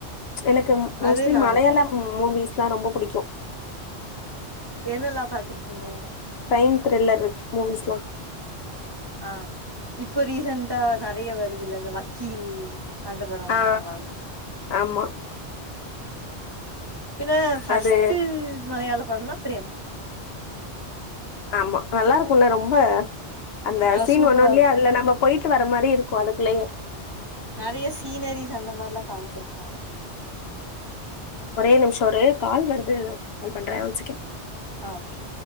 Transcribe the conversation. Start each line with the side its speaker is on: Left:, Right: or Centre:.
Left: எனக்கு
Right: ஆ
Left: மோஸ்ட்லி
Right: அது நானு
Left: மலையாளம்
Right: பாப்பே
Left: மூவிஸ் தான் ரொம்ப பிடிக்கும்
Right: என்னல்லாம் பாத்திருக்கீங்க
Left: கிரைம் த்ரில்லர் இருக்கு மூவிஸ்லாம்
Right: ஆஹ் இப்போ ரீசென்டா நெறைய வருது இல்ல இந்த வக்கீல் அந்த படம்
Left: ஆ
Right: ஓகே நல்லா இருக்கும்
Left: ஆமா
Right: பின்ன ஃபர்ஸ்ட்
Left: அது
Right: மலையாளம் பன்ன பிரேம்
Left: ஆமா நல்லா இருக்கும்ல ரொம்ப அந்த
Right: நல்லா
Left: சீன்
Right: சூப்பரா
Left: ஒண்ணும் இல்லையா
Right: இருக்கு
Left: அதுல நம்ம போயிட் ட்டு வர மாதிரி இருக்கும் அதுக்குள்ளேயே
Right: நெறைய சீனரிஸ் அந்த மாரிலாம் காமிச்சிருபாங்க
Left: ஒரே நிமிஷம் ஒரு கால் வருது கால் பண்றேன் ஒன் செகண்ட்
Right: ஆஹ் ஓகே